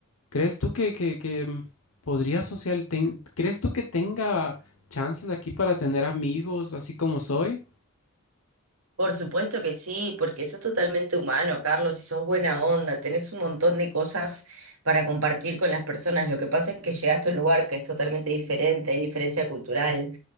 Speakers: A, on the left; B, on the right.
A: ¿crees tú que, que, que podría social, ten- ¿crees tú que tenga chances aquí para tener amigos así como soy?
B: Por supuesto que sí, porque eso es totalmente humano, Carlos, y sos buena onda, tenés un montón de cosas para compartir con las personas. Lo que pasa es que llegaste a un lugar que es totalmente diferente, hay diferencia cultural.